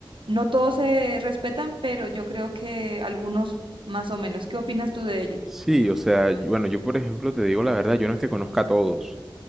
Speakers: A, on the right; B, in the centre.
A: no todos se respetan, pero yo creo que algunos más o menos. ¿Qué opinas tú de ello?
B: Sí, o sea, y- bueno, yo por ejemplo te digo la verdad, yo no es que conozca a todos.